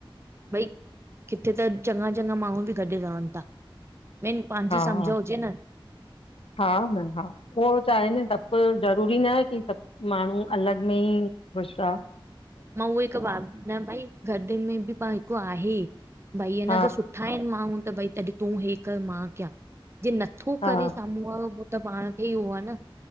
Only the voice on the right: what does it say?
भई किथे त चङा चङा माण्हू बि गॾु रहनि था। मेन पंहिंजी
सम्झ
हुजे न
मां उहो हिकु ब न भई गॾ में बि एको आहे भाई अनसुठ
ठाहिनि माण्हू त भई तॾ तूं हे कर मां कयां जे नथो
करे साम्हूं वारो त पाण खे ई उहो आहे न।